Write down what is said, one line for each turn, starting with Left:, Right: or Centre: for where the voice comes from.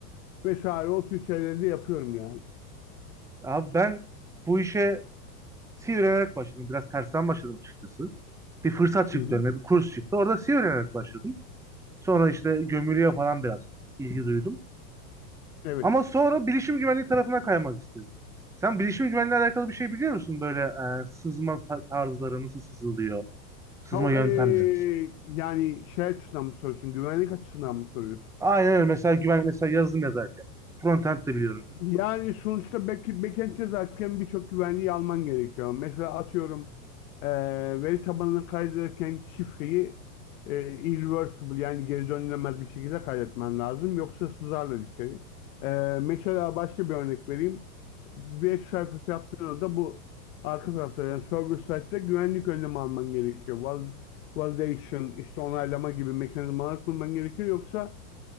Left: vesaire o tür şeyleri de yapıyorum yani.
Centre: abi ben bu işe C öğrenerek başladım. Biraz tersten başladım açıkçası. Bir fırsat çıktı
Left: Hı hı.
Centre: önüme, bir kurs çıktı. Orada C öğrenerek başladım. Sonra işte gömülüye falan biraz ilgi duydum.
Left: Evet.
Centre: Ama sonra bilişim güvenliği tarafına kaymak istedim. Sen bilişim güvenliği alakalı bir şey biliyor musun? Böyle e, sızma ta- tarzları nasıl sızılıyor? Sızma
Left: Tam,
Centre: yöntemleri.
Left: e, yani şey açısından mı soruyorsun? Güvenlik açısından mı soruyorsun?
Centre: Aynen öyle. Mesela güvenlik mesela yazılım yazarken. Frontend de biliyorum.
Left: Yani sonuçta back, backend yazarken birçok güvenliği alman gerekiyor. Mesela atıyorum e, veri tabanını kaydederken şifreyi e, irreversible yani geri dönülemez bir şekilde kaydetmen lazım. Yoksa sızarlar içeri. E, mesela başka bir örnek vereyim. Bir web sayfası yaptığında bu arka tarafta yani server side'de güvenlik önlemi alman gerekiyor. Val validation, işte onaylama gibi mekanizmalar kurman gerekiyor. Yoksa